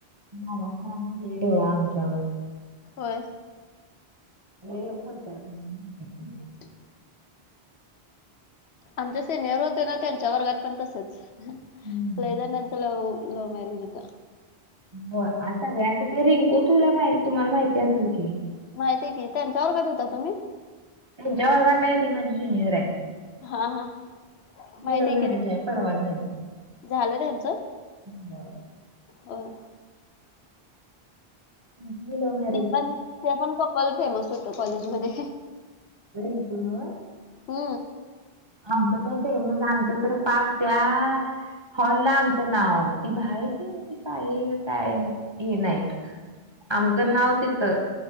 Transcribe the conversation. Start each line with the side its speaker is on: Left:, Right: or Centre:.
Right: बाबा साहेबाचा लई डोळा आमच्यावर
Left: होय
Right: लई बोलत्या म्हणून म्हणत्यात त्यांनी
Left: उठ आमचे सेनियर होते ना त्यांच्या वर्गात पण तसंच
Right: हम्म.
Left: लई जणांच लव लव मॅरेज होत
Right: होय आ सगळ्यांच ते रिंकू तुला माहित तुम्हाला माहिती असल कि
Left: माहितीये की त्यांच्या वर्गात होता तुम्ही
Right: त्यांच्या वर्गात नाही ती माझी ज्युनियर हाय
Left: हा हा माहित
Right: लव्ह
Left: हाय
Right: मॅरेज
Left: की रिंकू
Right: आहे परवा झाले
Left: झालं त्यांच
Right: त्यांचं
Left: होय
Right: म्हणून मी लव मॅरेज
Left: ती पण ते पण कपल फेमस होत कॉलेज मध्ये
Right: रिंकू नवं
Left: हू
Right: आमचं कसं आहे म आमचं तर पाक त्या हॉलला आमचं नाव ती बाहेरची म्हणतील बाई हाय काय काय हाय हे नाहीत आमचं नाव तिथं